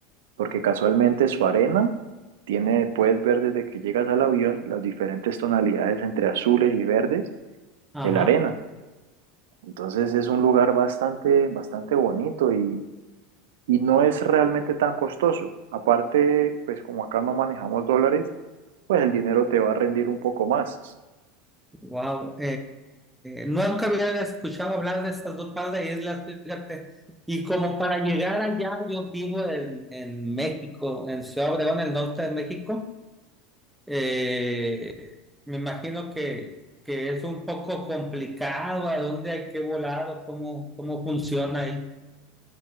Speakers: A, on the right (about 80°); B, in the centre.
A: porque casualmente su arena tiene, puedes ver desde que llegas al avión las diferentes tonalidades entre azules y verdes
B: Ajá.
A: de la arena. Entonces es un lugar bastante, bastante bonito y, y no es realmente tan costoso. Aparte, pues como acá no manejamos dólares, pues el dinero te va a rendir un poco más.
B: Wow, nunca había escuchado hablar de esas dos par de islas, fíjate. Y como para llegar allá, yo vivo en, en México, en Ciudad Obregón, en el norte de México. Eh, me imagino que, que es un poco complicado a dónde hay que volar o cómo, cómo funciona ahí.